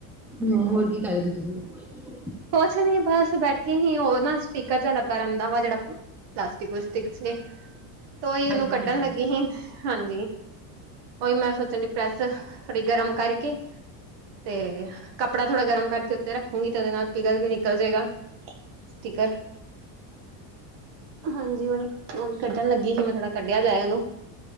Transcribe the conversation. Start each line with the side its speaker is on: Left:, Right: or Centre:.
Centre: ਹਾਂ, ਹੋਰ ਕੀ ਕਰ ਰਹੇ ਸੀ, ਤੁਸੀਂ?
Right: ਕੋਛ ਨੀ ਬਸ ਬੈਠੇ ਹੀ ਉਹ ਨਾ ਸਪੀਕਰ ਜ ਲੱਗਾ ਰਹਿੰਦਾ ਵਾ ਜੇੜਾ ਪਲਾਸਟਿਕਸਟਿਕ ਵਾਸਤੇ <unintelligible> ਤੋ ਈ ਉਹਨੂੰ
Centre: ਹਾਂਜੀ
Right: ਕੱਢਣ
Centre: ਹਾਂਜੀ।
Right: ਲੱਗੀ ਸੀ। ਹਾਂਜੀ, ਉਹੀ ਮੈਂ ਸੋਚਣ ਡ ਪ੍ਰੈੱਸ ਥੋੜੀ ਗਰਮ ਕਰਕੇ ਤੇ ਕੱਪੜਾ ਥੋੜਾ ਗਰਮ ਕਰਕੇ ਉੱਤੇ ਰੱਖੂਗੀ ਤੇ ਉਹਦੇ ਨਾਲ ਪਿਘਲ ਕੇ ਨਿਕਲ ਜੇਗਾ। ਸਟੀਕਰ। ਹਾਂਜੀ, ਓਹੀ, ਉਹੀ ਕੱਢਣ ਲੱਗੀ ਹੀ, ਮੈਂ ਥੋੜਾ ਕੱਢਿਆ ਜਾਏ ਉਹਨੂੰ।